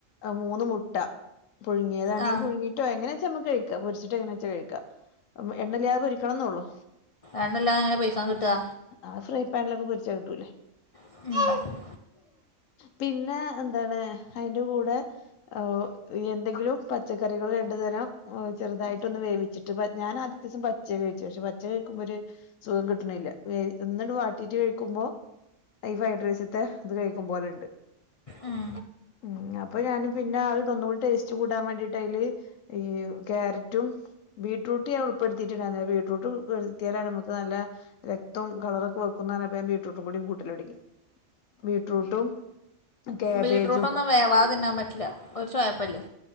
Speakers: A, on the left; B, on the left.
A: അഹ മൂന്ന് മുട്ട, പുഴുങ്ങിയതാണെങ്കിൽ
B: ആ
A: പുഴുങ്ങിയിട്ടോ, എങ്ങനെച്ച ഞമ്മക്ക് കഴിക്ക. പൊരിച്ച് - ട്ട് എങ്ങനെച്ച കഴിക്ക എണ്ണല്ലാതെ പൊരിക്കണംന്നള്ളൂ.
B: എണ്ണല്ലാതെ എങ്ങനെയാ പൊരിക്കാൻ കിട്ടാ.
A: അത് ഫ്രൈ പാനിലൊക്കെ പൊരിച്ചാ കിട്ടൂല്ലേ?
B: <unintelligible>
A: പിന്നെ എന്താണ് അതിന്റെ കൂടെ? ഓ എന്തെങ്കിലും പച്ചക്കറികൾ രണ്ടു തരം ചെറുതായിട്ടൊന്ന് വേവിച്ചിട്ട്. ട്ട് ഞാനത്തിയതിസം പച്യാ കഴിച്ചേ പക്ഷെ, പച്ച കഴിക്കുമ്പം ഒര് സുഖം കിട്ടണില്ല. ഒന്നണ്ട് വാട്ടീട്ട് കഴിക്കുമ്പോ- ഈ ഫ്രൈഡ് റൈസത്തെ ഇത്- കഴിക്കും പോലെണ്ട്.
B: ഉം
A: ഉം അപ്പം ഞാന് പിന്നെ <unintelligible> തൊന്നുകൂടി ടേസ്റ്റ് കൂടാൻ വേണ്ടിട്ട് അയ്‌ല് ഈഹ് ക്യാരറ്റും ബീറ്റ്റൂട്ട് ഞാൻ ഉൾപ്പെടുത്തിട്ടുണ്ടായിരുന്നില്ല ബീറ്റ്റൂട്ട് ഉൾപ്പെട്ത്ത്യാലാണ് നമുക്ക് നല്ല രക്തോം കളറൊക്കെ വെക്കുന്നർഞ്ഞപ്പം ഞാൻ ബീട്രൂട്ടും കൂടി കൂട്ടലൊടങ്ങി ബീട്രൂട്ടും കാബേജും
B: ബീട്രൂട്ടൊന്നും വേവാതെ തിന്നാൻ പറ്റില്ല ഒരു ചൊയപ്പല്ലെ